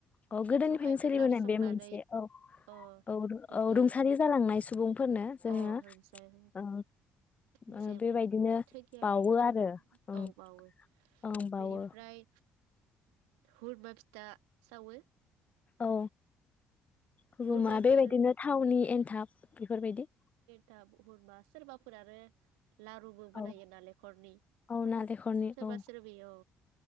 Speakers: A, on the left; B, on the right.
A: औ गोदोनिफ्रायनो
B: जखाय गोथार
A: सोलिबोनाय
B: संनानै
A: बे मोनसे औ
B: अ
A: औ
B: बेखौ
A: औ रुंसारि जालांनाय सम। फोरनो जोङो
B: अ रुंसारि
A: ओ
B: मोनसे
A: ओ बेबायदिनो
B: थोगियारि
A: बावो आरो
B: औ
A: ओं
B: बावो
A: ओं बावो।
B: बेनिफ्राय हुरमा फिथा सावो।
A: औ। हुरुमा
B: हुरमाखौ
A: बेबायदिनो थावनि एन्थाब बेफोरबायदि।
B: दा हुरमा सोरबाफोर आरो लारुबो बानायो
A: औ
B: नालेंखरनि
A: औ नालेंखरनि
B: सोरबा
A: औ
B: सोरबि अ